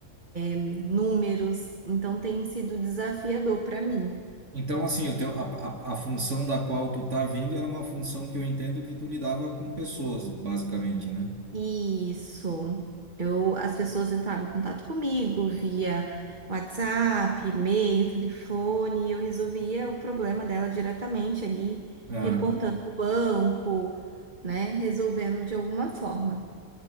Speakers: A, on the right; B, on the right.
A: números, então tem sido desafiador para mim.
B: Então, assim, o teu, a, a, a função da qual tu tá vindo era uma função que eu entendo que tu lidava com pessoas, basicamente, né?
A: Isso. Eu, as pessoas entravam em contato comigo via WhatsApp, e-mail, telefone, e eu resolvia o problema dela diretamente ali,
B: Aham.
A: reportando o banco, né? Resolvendo de alguma forma.